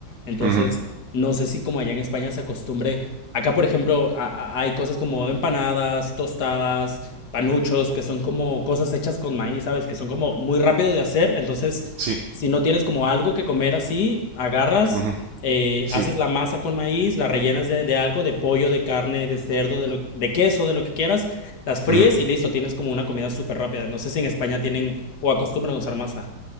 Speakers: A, on the left; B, on the right.
A: Entonces,
B: ujú,
A: no sé si como allá en España se acostumbre. Acá, por ejemplo, a- a- hay cosas como empanadas, tostadas, panuchos, que son como cosas hechas con maíz, ¿sabes? Que son como muy rápido de hacer. Entonces,
B: sí,
A: si no tienes como algo que comer así, agarras
B: ujú,
A: eh,
B: sí.
A: haces la masa con maíz, la rellenas de, de algo, de pollo, de carne, de cerdo, de, lo, de queso, de lo que quieras, las fríes
B: ujú.
A: y listo, tienes como una comida súper rápida. No sé si en España tienen o acostumbran a usar masa.